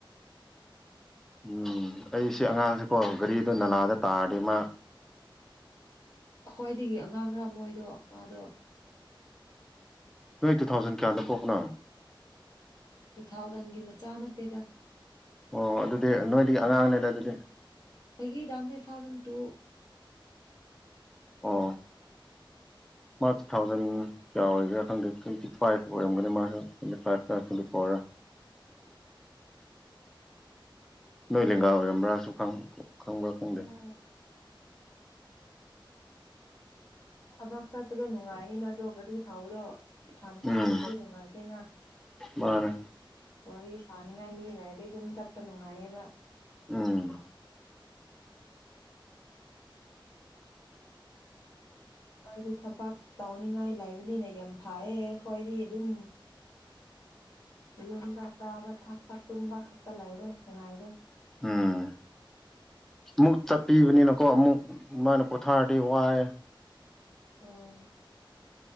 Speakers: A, in the centre; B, on the left.
A: ꯎꯝ ꯑꯩ ꯁꯤ ꯑꯉꯥꯡꯁꯤꯀꯣ ꯒꯥꯔꯤꯗꯣ ꯅꯂꯥꯗ ꯇꯥꯔꯗꯤ ꯃꯥ
B: ꯑꯩꯈꯣꯏꯗꯒꯤ ꯑꯉꯥꯡꯔꯥ ꯃꯣꯏꯗꯣ ꯃꯥꯗꯣ
A: ꯅꯣꯏ ꯇꯨ ꯊꯥꯎꯖꯟ ꯀꯌꯥꯗ ꯄꯣꯛꯄꯅꯣ
B: ꯇꯨ ꯊꯥꯎꯖꯟꯒꯤ ꯃꯆꯥ ꯅꯠꯇꯦꯗ
A: ꯑꯣ ꯑꯗꯨꯗꯤ ꯅꯣꯏꯗꯤ ꯑꯉꯥꯡꯅꯦꯗ ꯑꯗꯨꯗꯤ
B: ꯑꯩꯒꯤꯗꯥꯝꯅꯦ ꯊꯥꯎꯖꯟ ꯇꯨ
A: ꯑꯣ ꯃꯥ ꯇꯨ ꯊꯥꯎꯖꯟ ꯀꯌꯥ ꯑꯣꯏꯔꯤꯒꯦꯔꯥ ꯈꯪꯗꯦ ꯇ꯭ꯋꯦꯟꯇꯤ ꯐꯥꯏꯚ ꯑꯣꯏꯔꯝꯒꯅꯤ ꯃꯥꯁꯨ ꯇ꯭ꯋꯦꯟꯇꯤ ꯐꯥꯏꯚꯅ ꯇ꯭ꯋꯦꯟꯇꯤ ꯐꯣꯔꯒ <unintelligible>
B: ꯎꯝ
A: ꯅꯣꯏ ꯂꯦꯡꯒꯥ ꯑꯣꯏꯔꯝꯕ꯭ꯔꯥꯁꯨ ꯈꯪꯕ꯭ꯔꯥ ꯈꯪꯗꯦ
B: ꯎꯝ ꯊꯕꯛ ꯆꯠꯄꯗꯣ ꯅꯨꯡꯉꯥꯏꯅꯤꯅ ꯑꯗꯣ ꯒꯥꯔꯤ ꯊꯕꯗꯣ ꯏꯊꯟꯇ
A: ꯎꯝ
B: ꯆꯠꯄꯁꯨ ꯅꯨꯡꯉꯥꯏꯇꯦꯅ
A: ꯃꯥꯅꯦ
B: ꯋꯥꯔꯤ ꯁꯥꯅꯤꯡꯉꯥꯏ ꯃꯤ ꯂꯩꯥꯏꯔꯗꯤꯩ ꯑꯗꯨꯝ ꯆꯠꯄ ꯅꯨꯡꯉꯥꯏꯌꯦꯕ
A: ꯎꯝ
B: ꯑꯗꯨꯗꯨ ꯊꯕꯛ ꯇꯧꯅꯤꯡꯉꯥꯏ ꯂꯩꯕꯅꯤꯅ ꯌꯥꯝ ꯐꯥꯏꯦ ꯈꯋꯥꯣꯏꯗꯤ ꯑꯗꯨ ꯑꯗꯨꯝ ꯌꯝꯕ ꯇꯕ ꯊꯄ ꯇꯨꯕ ꯀꯠꯇꯂꯥꯏꯔꯦ ꯉ ꯉꯥꯏꯔꯤꯦ
A: ꯎꯝ ꯃꯨꯛ ꯆꯠꯄꯤꯕꯅꯤꯅ ꯀꯣ ꯑꯃꯨꯛ ꯃꯥꯅ ꯄꯣꯊꯥꯔꯗꯤ ꯋꯥꯏ
B: ꯑꯣ